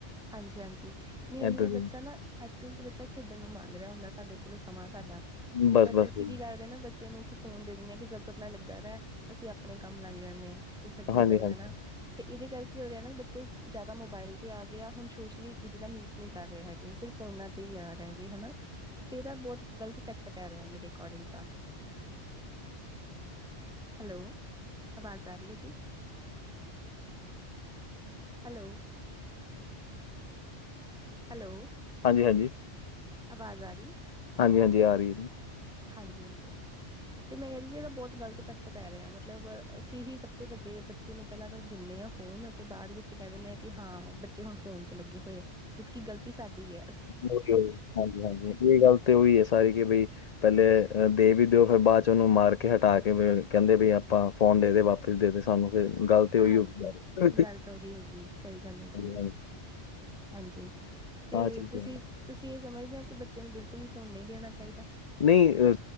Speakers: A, in the centre; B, on the left (about 45°).
A: ਹਾਂਜੀ ਹਾਂਜੀ। ਨਈਂ ਇਹੀ
B: ਏਦਾਂ
A: ਏ ਬੱਚਾ
B: ਦੀ
A: ਨਾਂ ਏ ਏਕਚੁਲ ਬੱਚਾ ਖੇਡਣ ਨੂੰ ਮੰਗ ਰਿਹਾ ਹੁੰਦਾ ਸਾਡੇ ਕੋਲ ਸਮਾਂ ਸਾਡਾ ਤੇ
B: ਬਸ-ਬਸ
A: ਬਟ ਅਸੀਂ
B: ਹਾਂਜੀ,
A: ਕੀ ਕਰਦੇ ਹਾਂ ਨਾ ਬੱਚੇ ਨੂੰ ਕੀ ਫੋਨ ਦੇ ਦਿੰਣੇ ਆ ਕਿ ਚਲ ਤੂੰ ਆਪਣਾ ਲੱਗਾ ਰਹਿ। ਅਸੀਂ ਆਪਣੇ ਕੰਮ ਲੱਗ ਜਾਂਣੇ ਕਿ ਛੱਡੋ
B: ਹਾਂਜੀ,
A: ਪਰੇ
B: ਹਾਂਜੀ,
A: ਹਨਾਂ। ਤੇ ਇਹਦੇ ਕਰਕੇ ਉਹ ਰਿਹਾ ਨਾ ਬੱਚੇ ਜਿਆਦਾ ਮੋਬਾਇਲ ਤੇ ਆ ਗੇ ਹੁਣ ਸੋਸ਼ਲੀ ਇੱਕ ਦੂਜੇ ਨਾਲ ਮੀਟ ਨੀਂ ਕਰ ਰਹੇ ਹੈਗੇ। ਸਿਰਫ ਫੋਨਾਂ ਤੇ ਹੀ ਆ ਰਹਿਗੇ ਹਨਾਂ। ਤੇ ਇਹਦਾ ਬਹੁਤ ਗ਼ਲਤ ਇਫੈਕਟ ਪੈ ਰਿਹਾ ਮੇਰੇ ਅਕੋਡਿੰਗ ਤਾਂ ਹੈਲੋ, ਆਵਾਜ਼ ਆ ਰਹੀ ਐ ਜੀ। ਹੈਲੋ। ਹੈਲੋ।
B: ਹਾਂਜੀ ਹਾਂਜੀ।
A: ਆਵਾਜ਼ ਆ ਰਹੀ?
B: ਹਾਂਜੀ, ਹਾਂਜੀ ਆ ਰਹੀ ਏ ਜੀ।
A: ਹਾਂਜੀ ਹਾਂਜੀ। ਤੇ ਮੈਂ ਕਹਿਦੀ ਸੀ ਇਹਦਾ ਬਹੁਤ ਗ਼ਲਤ ਇਫੈਕਟ ਪੈ ਰਿਹਾ ਮਤਲਬ ਅਸੀਂ ਹੀ ਸਭ ਤੋਂ ਵੱਡੇ ਬਚ ਬੱਚੇ ਨੂੰ ਪਹਿਲਾਂ ਤਾਂ ਦਿੰਣੇ ਆਂ ਫੋਨ ਤੇ ਬਾਅਦ ਵਿੱਚ ਕਹਿ ਦਿੰਦੇ ਆਂ ਕਿ ਹਾਂ ਬੱਚੇ ਹੁਣ ਫੋਨ ਚ ਲੱਗੇ ਹੋਏ ਆ। ਜਦਕਿ ਗਲਤੀ ਸਾਡੀ ਐ।
B: ਉਹੀ ਉਹੀ, ਹਾਂਜੀ ਹਾਂਜੀ, ਇਹ ਗੱਲ ਤੇ ਉਹੀ ਹੈ ਸਾਰੀ ਕਿ ਬਈ ਪਹਿਲੇ ਦੇ ਵੀ ਦਿਓ ਫਿਰ ਬਾਅਦ 'ਚ ਉਹਨੂੰ ਮਾਰ ਕੇ ਹਟਾ ਕੇ ਕਹਿੰਦੇ ਵੀ ਆਪਾਂ ਫੋਨ ਦੇ ਦੇ ਵਾਪਸ। ਦੇ ਸਾਨੂੰ, ਫਿਰ ਗੱਲ ਤੇ ਉਹੀ
A: ਹਾਂਜੀ
B: ਹੋ ਹਾਂਜੀ
A: ਗੱਲ ਤਾਂ ਉਹੀ ਹੋ ਗਈ ਸਹੀ ਗੱਲ ਹੈ ਜੀ
B: ਹਾਂਜੀ
A: ਹਾਂਜੀ, ਤੇ
B: ਆਹ ਚੀਜ਼
A: ਤੁਸੀਂ
B: ਹੈ।
A: ਤੁਸੀਂ ਇਹ ਸਮਝਦੇ ਆ ਕਿ ਬੱਚੇ ਨੂੰ ਬਿਲਕੁਲ ਹੀ ਫੋਨ ਨਹੀਂ ਦੇਣਾ ਚਾਹੀਦਾ।
B: ਨਹੀਂ ਅ।